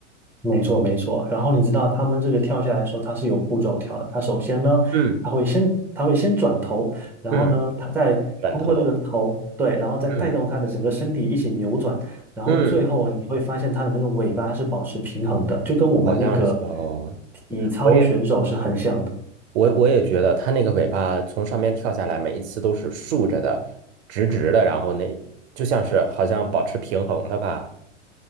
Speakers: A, in the centre; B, on the right (about 60°).
A: 没错，没错。然后你知道他们这个跳下来的时候，它是有步骤跳的。它首先呢，
B: 嗯
A: 它会先它会先转头，然后呢，
B: 嗯，
A: 它再通过这个头，
B: 转头，
A: 对，然后再带动它的整个身体一起扭转，
B: 嗯
A: 然后最后你会发现它的那个尾巴是保持平衡的，
B: 嗯。
A: 就跟我们那个
B: 好像是哦，
A: 体操选手是很像的。
B: 我也，对我我也觉得它那个尾巴从上面跳下来，每一次都是竖着的、直直的，然后那就像是好像保持平衡的吧？